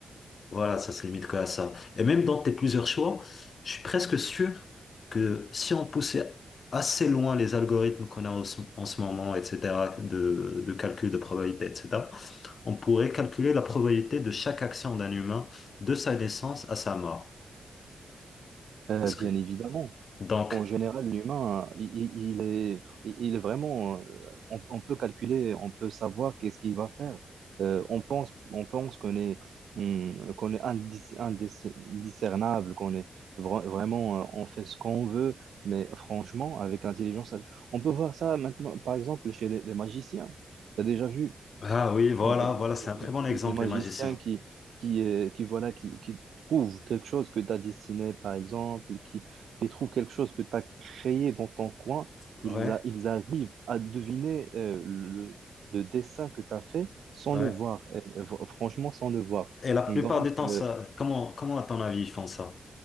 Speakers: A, on the left (about 55°); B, on the right (about 85°).
A: voilà, ça se limite qu'à ça. Et même dans tes plusieurs choix, je suis presque sûr que si on poussait assez loin les algorithmes qu'on a en ce, en ce moment, etc., de, de calcul de probabilité, etc., on pourrait calculer la probabilité de chaque action d'un humain de sa naissance à sa mort.
B: euh,
A: Est-ce
B: bien
A: que...
B: évidemment.
A: Donc,
B: En général, l'humain, il, il- il est, il il est vraiment, euh, on, on peut calculer, on peut savoir qu'est-ce qu'il va faire. Euh, on pense, on pense qu'on est, hum, qu'on est indis- indiscernable, qu'on est vra- vraiment, euh, on fait ce qu'on veut, mais franchement, avec l'intelligence, on peut voir ça maintenant, par exemple, chez les, les magiciens. Tu as déjà vu
A: ah oui, voilà,
B: les,
A: voilà, c'est un très
B: les-
A: bon exemple,
B: les- magiciens
A: les magiciens.
B: qui, qui, euh, qui, voilà, qui, qui trouvent quelque chose que tu as dessiné, par exemple, qui, qui trouvent quelque chose que tu as créé dans ton coin,
A: Ouais,
B: ils, a- ils arrivent à deviner euh, le, le dessin que tu as fait sans
A: ouais.
B: le voir, euh, fr- franchement, sans le voir.
A: Et la plupart
B: Donc,
A: du temps,
B: euh,
A: ça, comment, comment à ton avis ils font ça?